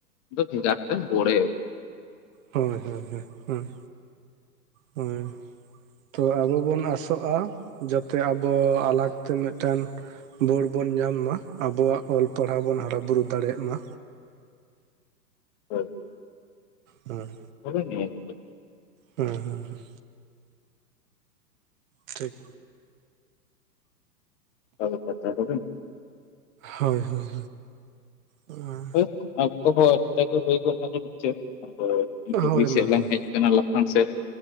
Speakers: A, on the left; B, on the right.
A: ᱟᱫᱚ ᱵᱷᱮᱜᱟᱨ ᱛᱮ ᱵᱳᱲᱮᱼᱼ
B: ᱦᱚᱭ ᱦᱚᱭ ᱦᱚᱭ ᱦᱚᱸ ᱦᱚᱭ᱾ ᱛᱚᱵᱮ ᱟᱵᱚ ᱵᱚᱱ ᱟᱥᱚᱜ-ᱟ ᱡᱚᱛᱮ ᱟᱵᱚ ᱟᱞᱟᱜᱽ ᱛᱮ ᱢᱤᱫᱴᱮᱱᱼᱼ ᱵᱳᱲ ᱵᱚᱱ ᱧᱟᱢ ᱢᱟ ᱟᱵᱚᱣᱟᱜ ᱚᱞ ᱯᱟᱲᱦᱟᱣ ᱵᱚᱱ ᱦᱟᱨᱟ ᱵᱩᱨᱩ ᱫᱟᱲᱮᱭᱟᱜ ᱢᱟ᱾
A: ᱦᱳᱭ᱾
B: ᱦᱩᱸ
A: <unintelligible>
B: ᱦᱮᱸ ᱦᱮᱸ ᱦᱮᱸ ᱴᱷᱤᱠ
A: <unintelligible>
B: ᱦᱳᱭ ᱦᱳᱭ ᱦᱳᱭ
A: <unintelligible>
B: ᱦᱳᱭ ᱢᱟ ᱦᱳᱭ
A: ᱠᱟᱱᱟ ᱞᱟᱯᱷᱟᱝ ᱥᱮᱜ